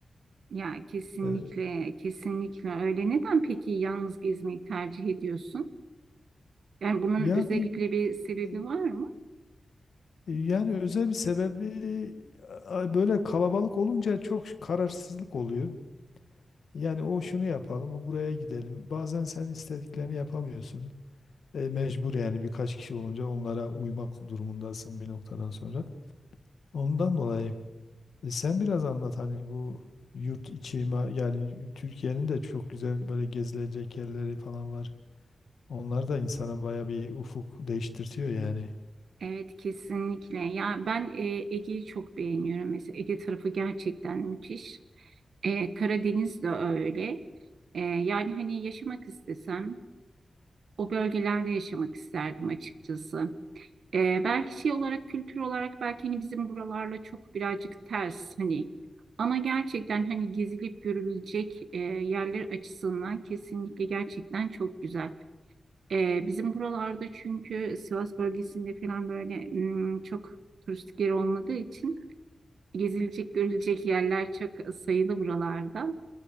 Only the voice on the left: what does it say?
Ee,
yani
e,
yani özel bir sebebi a- böyle kalabalık olunca çok kararsızlık oluyor. Yani o şunu yapalım, o buraya gidelim. Bazen sen istediklerini yapamıyorsun. E, mecbur yani birkaç kişi olunca onlara uymak durumundasın bir noktadan sonra. Ondan dolayı. E, sen biraz anlat hani bu yurt içi ma- yani Türkiye'nin de çok güzel böyle gezilecek yerleri falan var. Onlar da insana baya bir ufuk değiştirtiyor yani.